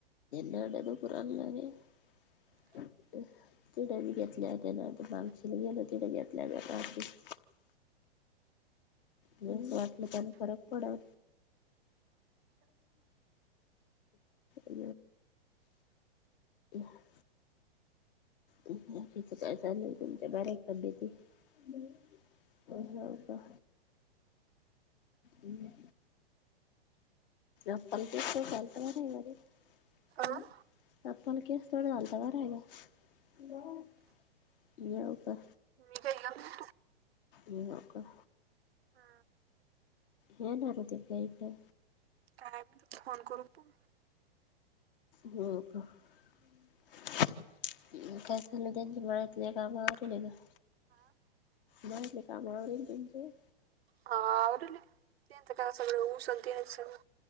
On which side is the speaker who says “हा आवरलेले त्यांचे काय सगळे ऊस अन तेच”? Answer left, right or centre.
Right